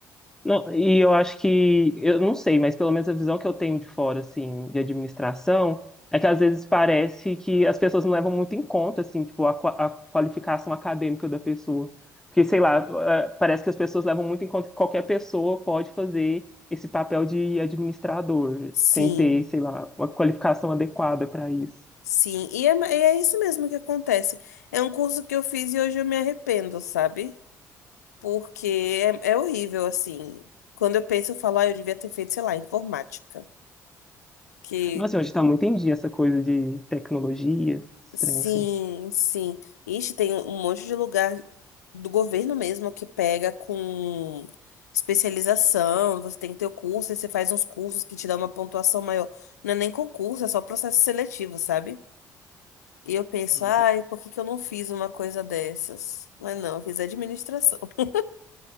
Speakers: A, in the centre; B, on the left (about 75°).
A: Não, e eu acho que, eu não sei, mas pelo menos a visão que eu tenho de fora, assim, de administração, é que às vezes parece que as pessoas não levam muito em conta, assim, tipo, a, qua- a qualificação acadêmica da pessoa. Porque, sei lá, eh, parece que as pessoas levam muito em conta que qualquer pessoa pode fazer esse papel de administrador,
B: Sim,
A: sem ter, sei lá, uma qualificação adequada para isso.
B: sim. E é, ma- e é isso mesmo que acontece. É um curso que eu fiz e hoje eu me arrependo, sabe? Porque é, é horrível, assim. Quando eu penso, eu falo, ah, eu devia ter feito, sei lá, informática. Que
A: Nossa, hoje está muito em dia essa coisa de tecnologia, estranho,
B: sim,
A: assim.
B: sim. Ixi, tem um monte de lugar do governo mesmo que pega com especialização. Você tem que ter o curso, aí você faz uns cursos que te dão uma pontuação maior. Não é nem concurso, é só processo seletivo, sabe? E eu penso,
A: Nossa,
B: ai, por que que eu não fiz uma coisa dessas? Mas não, eu fiz administração. <laughs>